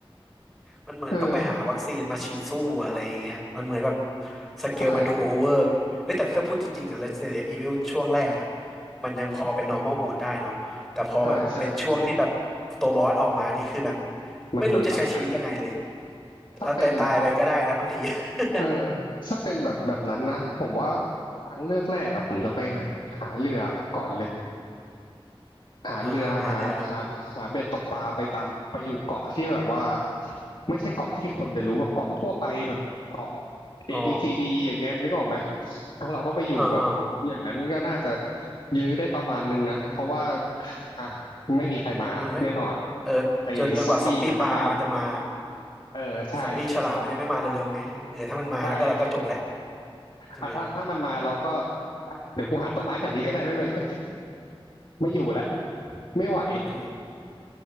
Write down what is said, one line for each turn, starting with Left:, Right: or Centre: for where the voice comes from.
Centre: มันเหมือนต้องไปหาวัคซีนมาฉีดสู้อะไรอย่างเงี้ยมันเหมือนแบบ
Left: เออ
Centre: สเกลมันดูโอเวอร์ไงเฮ้ยแต่ถ้าพูดจริงๆอะ
Left: ใช่
Centre: Resident Evil ช่วงแรกอะมันยังพอเป็น normal mode ได้เนาะแต่พอแบบเป็นช่วงที่แบบ
Left: ใช่ใช่
Centre: ตัวบอสออกมา นี่คือแบบ
Left: มันมันไปแล้ว
Centre: ไม่รู้จะใช้ชีวิตยังไงเลย
Left: ถ้าเป็นแบบ
Centre: แล้วตายตายไปก็ได้นะบางที <laughs>
Left: เออถ้าเป็นแบบแบบนั้นนะผมว่าทางเลือกแรกอะผมจะไปหาเรือก่อนเลย หาเรือหาหาหาเบ็ดตกปลาไปตามไปอยู่เกาะที่แบบว่า
Centre: อ่าฮะหาเรือ
Left: ไม่ใช่เกาะที่คนจะรู้แบบเกาะทั่วไปแบบเกาะเอบีซีดีอย่างเงี้ยนึกออกไหม
Centre: อ๋อ
Left: ถ้าเราก็ไปอยู่แบบอย่างนั้นก็น่าจะ
Centre: อ่าอ่า
Left: ยื้อได้ประมาณนึงนะเพราะว่าอ่ะไม่มีใครมาแน่นอน
Centre: มันไม่เออจนจนกว่าซอมบี้ปลามันจะมา
Left: ไอ้ซอมบี้มันก็มาเออใช่
Centre: ซอมบี้ฉลามมันยังไม่มาเร็วๆไงเออถ้ามันมาก็เราก็จบแล้ว
Left: ใช่
Centre: ใช่ไหม
Left: อ่ะถ้าถ้ามันมาเราก็อ่ะเดี๋ยวกูหาต้นไม้แถวนี้ก็ได้ไม่เป็นไรไม่อยู่แล้วไม่ไหว
Centre: เออ